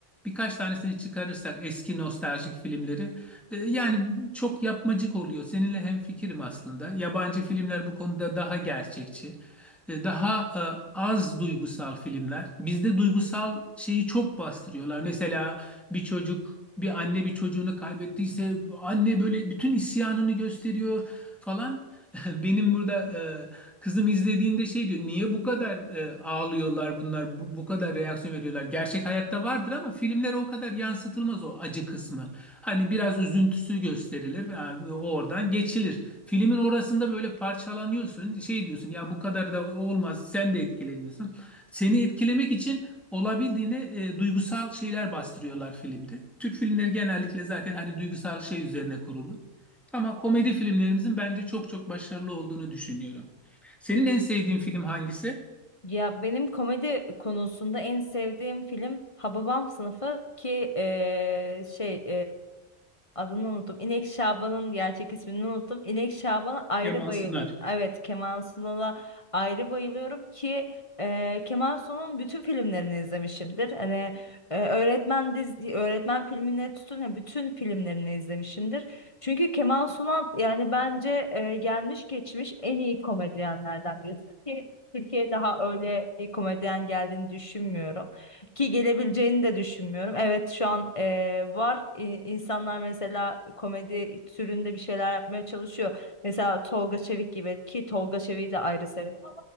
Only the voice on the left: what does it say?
Ya benim komedi konusunda en sevdiğim film Hababam Sınıfı ki eee, şey Adını unuttum. İnek Şaban'ın gerçek ismini unuttum. İnek Şaban'a ayrı
bayılıyorum.
Evet, Kemal Sunal'a ayrı bayılıyorum ki e, Kemal Sunal'ın bütün filmlerini izlemişimdir. Hani e, öğretmen dizi, öğretmen filmine tutun ya bütün filmlerini izlemişimdir. Çünkü Kemal Sunal yani bence e, gelmiş geçmiş en iyi komedyenlerden birisi. Ki Türkiye'ye daha öyle bir komedyen geldiğini düşünmüyorum. Ki gelebileceğini de düşünmüyorum. Evet şu an eee, var İ- insanlar mesela komedi türünde bir şeyler yapmaya çalışıyor. Mesela Tolga Çevik gibi ki Tolga Çevik'i de ayrı severim.